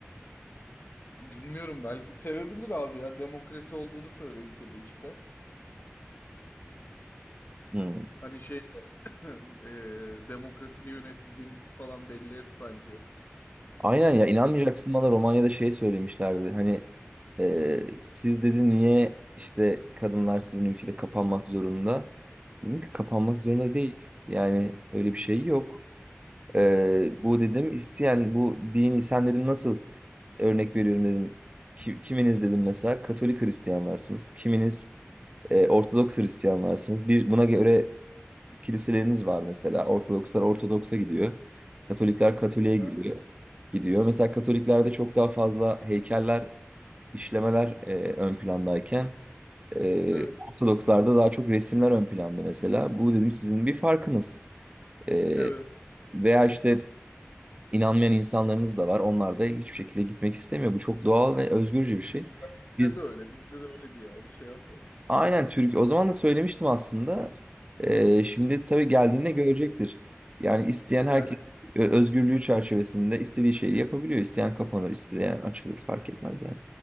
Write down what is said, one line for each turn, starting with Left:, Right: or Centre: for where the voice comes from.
Left: S- Bilmiyorum belki sevebilir abi ya. Demokrasi olduğunu söylüyor ülkede işte.
Right: Hı.
Left: Hani şey <clears throat> <laughs> e, demokrasiyle yönetildiğimizi falan belli et bence.
Right: Aynen ya inanmayacaksın
Left: O...
Right: bana Romanya'da şey söylemişlerdi. Hani e, siz dedi niye işte kadınlar sizin ülkede kapanmak zorunda? Dedim ki kapanmak zorunda değil. Yani öyle bir şey yok. E, bu dedim isteyen bu dini sen dedim nasıl örnek veriyorum dedim. Ki- kiminiz dedim mesela Katolik Hristiyanlarsınız. Kiminiz e, Ortodoks Hristiyanlarsınız. Bir buna göre kiliseleriniz var mesela. Ortodokslar Ortodoks'a gidiyor. Katolikler Katolik'e
Left: Aha,
Right: gidiyor. Gidiyor. Mesela Katoliklerde çok daha fazla heykeller, işlemeler e, ön plandayken e,
Left: evet.
Right: Ortodokslarda daha çok resimler ön planda mesela. Bu dedim sizin bir farkınız. E,
Left: Evet.
Right: veya işte inanmayan insanlarınız da var. Onlar da hiçbir şekilde gitmek istemiyor. Bu çok doğal ve özgürce bir şey.
Left: Ya bizde
Right: Biz
Left: de öyle. Bizde de öyle diye abi şey yap yani.
Right: Aynen Türk. O zaman da söylemiştim aslında. Ee, şimdi tabii geldiğinde görecektir. Yani isteyen herkes
Left: Yani
Right: e, özgürlüğü çerçevesinde istediği şeyi yapabiliyor. İsteyen kapanır, isteyen açılır fark etmez yani.